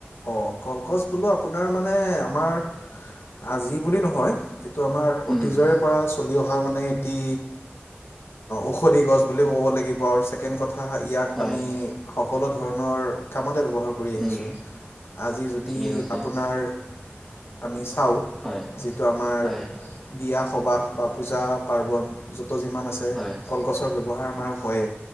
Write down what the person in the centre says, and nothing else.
উম
হয়
উম
ঠিকে কৈছে
হয়
হয়
হয়,